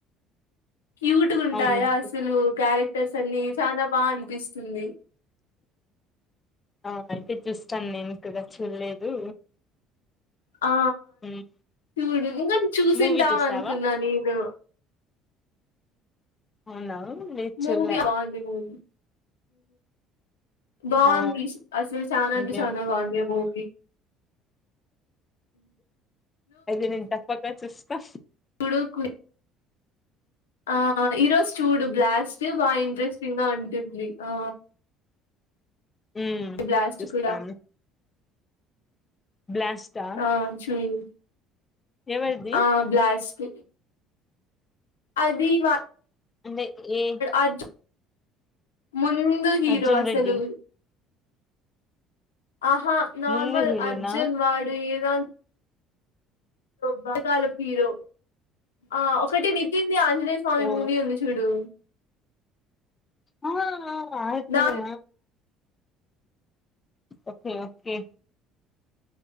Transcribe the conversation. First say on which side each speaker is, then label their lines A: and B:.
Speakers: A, on the left; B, on the left.
A: క్యూట్గాంటాయా
B: అవునండి
A: అసలు క్యారెక్ రసని చానా బా అనిపిస్తుంది
B: ఆ అయితే చూస్తాను నేను కూడ చూడలేదు
A: ఆ
B: ఉమ్,
A: చూడు ఇంకా చూసింటాం
B: మూవీ చూసావా
A: అనుకున్నా నేను
B: అవునా లేదు
A: మూవీ
B: చూడలే
A: బాంది మూవీ బాంది
B: ఆ
A: అసలు చానా అంటే
B: ఇంకేం
A: చానా బాగుంది ఆ మూవీ
B: అయితే నేను తప్పక చూస్తా
A: కుడుకు ఆ ఈరోజు చూడు బ్లాస్ట్ బా ఇంట్రెస్టింగ్గా ఉంటుంది ఆ
B: ఉ
A: బ్లాస్ట్
B: చూస్తాను
A: కూడా
B: బ్లాస్టా
A: ఆ చూడు
B: ఎవరిది
A: ఆ బ్లాస్ట్ అది వా
B: అంటే ఏ
A: అర్జున్ ముందు హీరో
B: అర్జున్
A: అసలు
B: రెడ్డి
A: ఆహా నార్మల్
B: ముందు హీరోనా
A: అర్జున్ వాడు ఏదన్ పాతకాలపు హీరో ఆ ఒకటి నితిన్ ది ఆంజనేయ స్వామి
B: ఓ
A: మూవీ ఉంది చూడు
B: ఆ ఆతనా
A: నా
B: ఓకే ఓకే